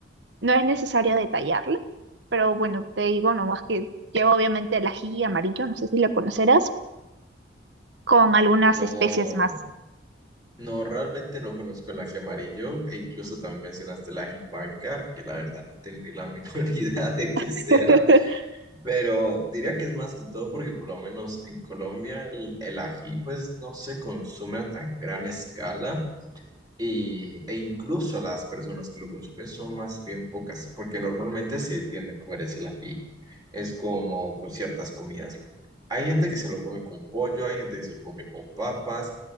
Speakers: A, on the right (about 70°); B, on the right (about 20°).
A: No es necesario detallarla, pero bueno, te digo nomás que lleva obviamente el ají amarillo, no sé si lo conocerás, con algunas
B: No,
A: especies más.
B: no, realmente no conozco el ají amarillo e incluso también mencionaste el ají panca, que la verdad no tengo ni la <laughs> menor idea de qué
A: <laughs>
B: sea, pero diría que es más que todo porque por lo menos en Colombia el, el ají pues no se consume a tan gran escala. Y, e incluso las personas que lo consumen son más bien pocas, porque normalmente se tiende a comer ese ají. Es como con ciertas comidas. Hay gente que se lo come con pollo, hay gente que se lo come con papas,